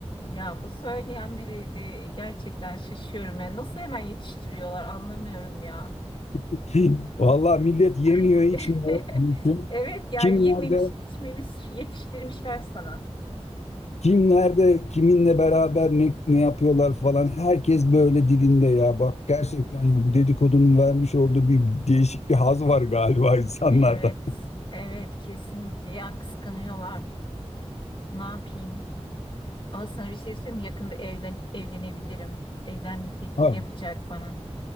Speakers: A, on the left (about 45°); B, on the left (about 75°).
A: ya bu söyleyenleri de gerçekten şaşıyorum. Yani nasıl hemen yetiştiriyorlar anlamıyorum ya.
B: <laughs> Vallahi millet yemiyor,
A: <laughs>
B: içmiyor. Mümkün.
A: Evet ya
B: Kim
A: yememiş,
B: nerede?
A: içmemiş yetiştirmişler sana.
B: Kim nerede, kiminle beraber ne, ne yapıyorlar falan. Herkes böyle dilinde ya. Bak gerçekten ya bu dedikodunun vermiş olduğu bir değişik bir haz var galiba insanlarda.
A: Evet,
B: <laughs>
A: evet kesinlikle ya kıskanıyorlar. Ne yapayım? Ama sana bir şey söyleyeyim mi? Yakında evlen evlenebilirim. Evlenme teklifi
B: Ha.
A: yapacak bana.